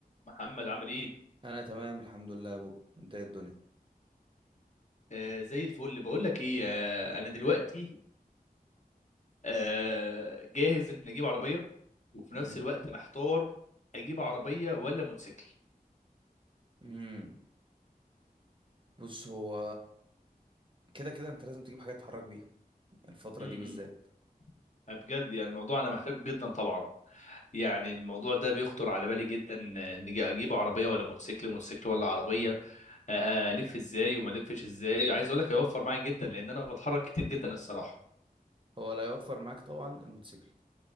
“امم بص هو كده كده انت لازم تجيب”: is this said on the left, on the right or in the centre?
Right